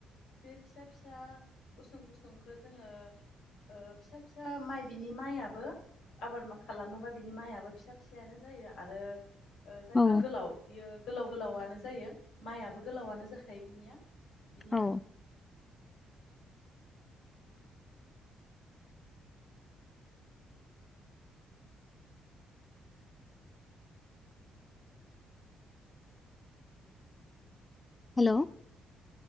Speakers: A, on the left (about 80°); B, on the left (about 20°).
A: बे फिसा फिसा गुसुं गुसुंखो जोङो ओ फिसा फिसा माइ बिनि माइयाबो आबाद खालामोबा बिनि माइयाबो फिसा फिसायानो जायो आरो ओ जायबा
B: औ
A: गोलाव बियो गोलाव गोलावानो जायो। माइयाबो गोलावानो जाखायो बिनिया बिनि
B: औ
A: मा
B: हेलौ